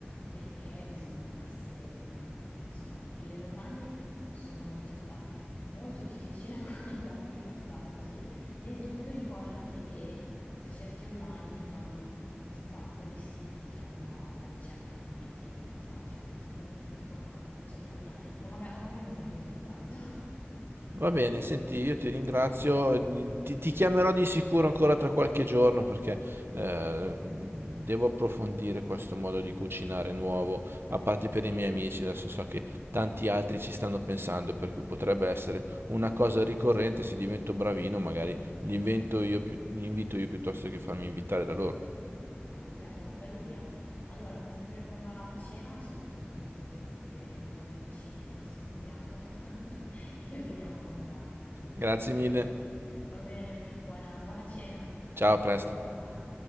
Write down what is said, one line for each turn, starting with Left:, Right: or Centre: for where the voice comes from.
Left: perché bisogna essere, mm, insomma, le lasagne sono una ricetta molto difficile <laughs> con tanti passaggi. Nel dubbio ricordati che se cerchi online trovi un sacco di siti che hanno la ricetta con tutti i vari passaggi, quindi se ti dimentichi qualcosa puoi cercare online o maga- o magari mi mandi un messaggio.
Right: Va bene, senti, io ti ringrazio, ti, ti chiamerò di sicuro ancora tra qualche giorno perché eh, devo approfondire questo modo di cucinare nuovo, a parte per i miei amici, adesso so che tanti altri ci stanno pensando, per cui potrebbe essere una cosa ricorrente, se divento bravino magari li invento io, più- li invito io piuttosto che farmi invitare da loro.
Left: Bello, bella idea. Allora fammi sapere come va la cena, soprattutto fammi sapere se i tuoi amici finiscono il piatto <laughs> e vediamo com'è andata.
Right: Grazie mille,
Left: Va bene, buona, buona cena.
Right: ciao, a presto.
Left: Ciao.